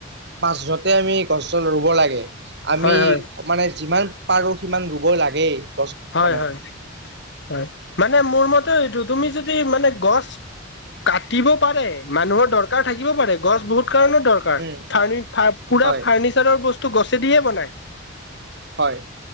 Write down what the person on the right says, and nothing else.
পাঁচ জুনতে আমি গছ চছ ৰুব লাগে, আমি
মানে যিমান পাৰোঁ সিমান ৰুব লাগেই। গছ
মানে
উম
হয়
হয়